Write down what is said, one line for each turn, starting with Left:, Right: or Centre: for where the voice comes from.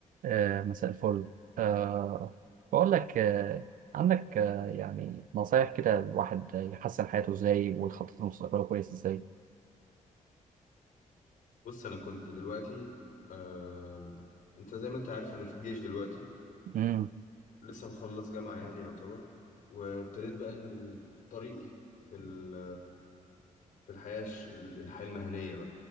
Right: آه، مساء الفل آه، بقول لك آه، عندك آه، يعني نصايح كده الواحد يحسن حياته ازاي ويخطط لمستقبله كويس ازاي
Left: بص انا كنت دلوقتي آه... انت زي ما انت عارف انا في الجيش دلوقتي
Right: امم
Left: لسه مخلص جامعة يعني يعتبر وابتديت بقى ال- طريقي في ال... في الحياة الش- الحياة المهنية بقى